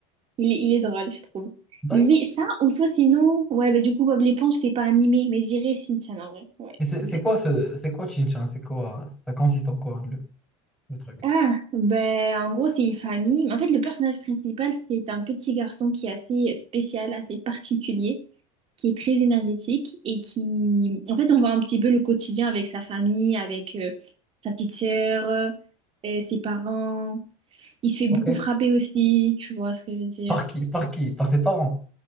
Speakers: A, on the right; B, in the centre.
A: Il est, il est drôle, je trouve.
B: D'accord.
A: Lui, ça, ou soit sinon... Ouais, bah du coup Bob l'éponge c'est pas animé, mais je dirais Shin-chan en vrai. Ouais,
B: Et c'est
A: c'est
B: c'est
A: bien.
B: quoi ce, c'est quoi Shin-chan? C'est quoi, ça consiste en quoi le, le truc?
A: Ah, ben, en gros, c'est une famille. Mais en fait, le personnage principal, c'est un petit garçon qui est assez spécial, assez particulier, qui est très énergétique et qui, en fait, on voit un petit peu le quotidien avec sa famille, avec euh, sa petite sœur, euh, et ses parents. Il se fait
B: Ok.
A: beaucoup frapper aussi, tu vois ce que je veux dire,
B: Par qui? Par qui? Par ses parents.